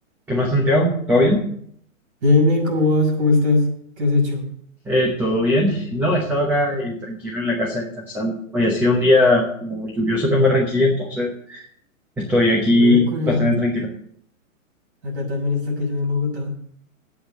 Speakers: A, in the centre; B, on the right.
A: ¿Qué más, Santiago? ¿Todo bien?
B: Bien, bien, ¿cómo vas? ¿Cómo estás? ¿Qué has hecho?
A: Eh, ¿todo bien? No, he estado acá eh, tranquilo en la casa descansando. Hoy ha sido un día como lluvioso acá en Barranquilla, entonces estoy aquí
B: Ve, curioso.
A: bastante tranquilo.
B: Acá también está que llueve en Bogotá.